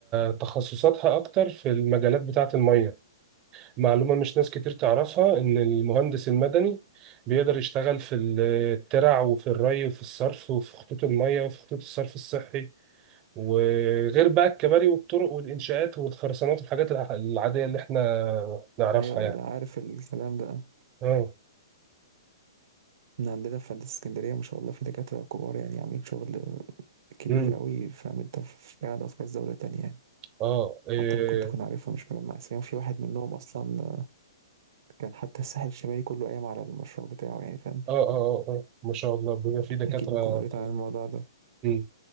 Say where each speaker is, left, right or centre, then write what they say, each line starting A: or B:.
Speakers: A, on the right; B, on the right.
A: تخصصاتها أكتر في المجالات بتاعة المية معلومة مش ناس كتير تعرفها إن المهندس المدني بيقدر يشتغل في الترع وفي الري وفي الصرف وفي خطوط المية وفي خطوط الصرف الصحي وغير بقى الكباري والطرق والإنشاءات والخرسانات والحاجات الع- العادية اللي إحنا نعرفها
B: ايوه ايوه
A: يعني
B: لا عارف الكلام ده
A: آه
B: من عندنا في هندسة اسكندرية ما شاء الله في دكاترة كبار يعني عاملين شغل كبير
A: مم.
B: قوي فاهم انت في كندا وفي كذا دولة تانية يعني
A: آه إيه.
B: حتى ممكن تكون عارفهم مش مجمع اساميهم في واحد منهم اصلا آه، كان حتى الساحل الشمالي كله قايم على المشروع بتاعه يعني فاهم
A: آه آه آه آه ما شاء الله بيبقى في دكاترة
B: اكيد ممكن قريت عن الموضوع ده
A: مم.